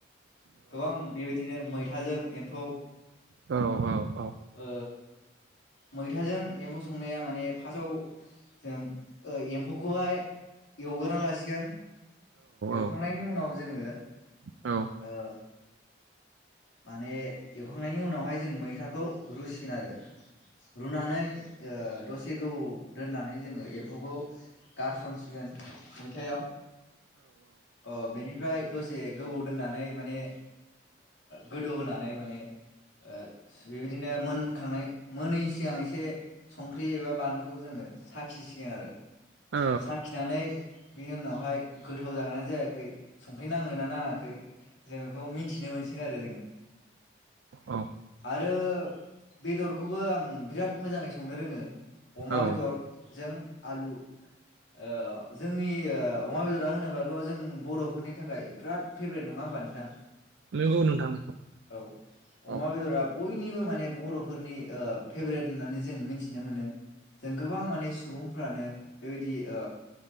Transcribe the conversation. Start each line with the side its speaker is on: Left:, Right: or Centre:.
Left: गोबां बेबायदिनो मैथाजों एम्फौ
Right: औ औ
Left: ओ मैथाजों एम्फौ संनाया माने फासआव जों एम्फौखौहाय एवग्रा लासिगोन एवखांनायनि
Right: औ
Left: उनाव जोङो
Right: उम
Left: ओ माने एवखांनायनि उनावहाय जों मैथाखौ रुसिगोन आरो रुनानै ओ दसे गोबाव दोननानै जोङो एम्फौखौ गारसन- होसिगोन मैथायाव ओ बेनिफ्राय दसे से गोबाव दोननानै माने गोदौ होनोनानै माने ओ बेबायदिनो मोन खांनाय मोनैनि सिगां एसे संख्रि एबा बानलुखौ जोङो साखिसिगोन आरो
Right: औ
Left: साखिनानै बिनि उनावहाय गो गोथाव जागोना जायाखै संख्रि नाङोना नाङाखै जोङ बेखौ मिन्थिनो मोनसि आरो जोङो <unintelligible>
Right: औ
Left: आरो बेदरखौ बो आं बिराद मोजाङै संनो रोङो अमा
Right: औ
Left: बेदरजों आलु ओ जोंनि ओ अमा बेदरा होनोबाथ' जों बर'फोरनि थाखाय बिराद फेभ्रेट नङा होमबा नोंथां
Right: नोंगौ नोंथां
Left: औ
Right: औ
Left: अमा बेद'रा बयनिबो माने बर'फोरनि ओ फेभरेट होननानै जों मिनथिनो मोनो जों गोबां माने सुबुंफ्रानो बेबायदि ओ